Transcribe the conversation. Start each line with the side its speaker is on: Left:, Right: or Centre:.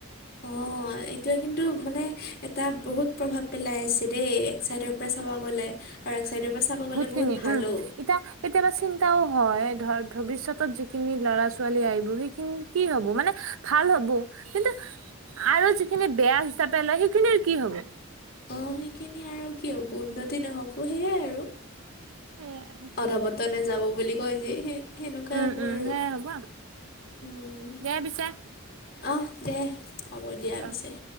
Right: <inaudible>
Left: অঁ এইটোৱে কিন্তু মানে, এটা বহুত প্ৰভাৱ পেলাই আছে দেই, এক চাইডৰ পৰা চাব গ'লে। আৰু এক চাইডৰ পৰা চাব গ'লে
Right: খিনি
Left: বহুত ভালো।
Right: উম, এতিয়া কেতিয়াবা চিন্তাও হয় ধৰ, ভৱিষ্যতত যিখিনি লৰা ছোৱালী আহিব সেইখিনি কি হব মানে ভাল হ'ব, কিন্তু আৰু যিখিনি বেয়া হিচাপে লয় সেইখিনিৰ কি হ'ব।
Left: অ' সেইখিনি আৰু কি হব, উন্নতি নহব সেইয়াই আৰু।
Right: সেয়াই আৰু।
Left: অধপতনে যাব বুলি কয় যে সেই সেনেকুৱাই
Right: উম,
Left: হ'ব
Right: উম,
Left: আৰু
Right: সেয়াই হ'ব
Left: উম।
Right: দে পিছে
Left: আহ দে হ'ব দিয়া
Right: অ'।
Left: পিছে।